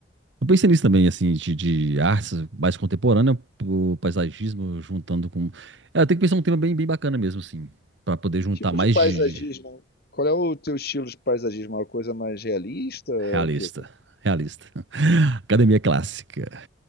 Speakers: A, on the right; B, on the left.
A: Eu pensei nisso também, assim, de, de artes mais contemporânea, o paisagismo, juntando com. É, tem que pensar um tema bem, bem bacana mesmo, assim, para poder
B: Que
A: juntar
B: tipo
A: mais
B: de paisagismo?
A: de, de
B: Qual é o teu estilo de paisagismo? É uma coisa mais realista? É
A: realista.
B: o quê? Como
A: Realista. <laughs> Academia clássica.